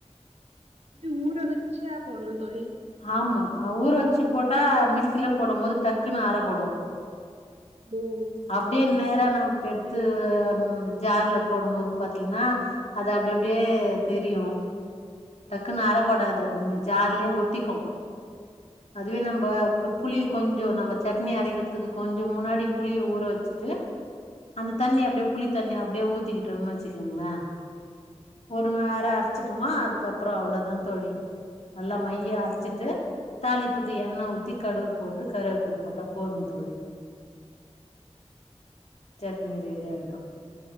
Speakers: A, on the right; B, on the left.
A: இப்படி ஊற வச்சா போடணும் தோழி
B: ஆமா ஊற வச்சு போட்டா மிக்சியில போடும் போது டக்குன்னு அற படும்
A: ம்
B: அப்படியே நேரா நம்ம எட்த்து ஜார்ல போடும் போது பாத்தீங்கன்னா அது அப்படி அப்படியே தெரியும் டக்குன்னு அரப்படாது அது ஜார்லயே ஒட்டிக்கும் அதுவே நம்ப புளிய கொஞ்சம் நம்ம சட்னி அரைக்கிறதுக்கு கொஞ்சம் முன்னாடி புளிய ஊற வச்சுட்டு அந்த தண்ணி அப்படியே புளி தண்ணி அப்படியே ஊத்திக்கிட்டோம்னு வச்சுக்கோங்களே ஒரு வோரம் அரைச்சுட்டுமா அதுக்கப்புறம் அவ்வளோதான் தோழி நல்லா மையா அ அச்சிட்டு தாளிப்புக்கு எண்ணெய் ஊத்தி கடுவு போட்டு கருவேப்பல போட்டா போதும் தோழி சட்னி ரெடியாயிடும்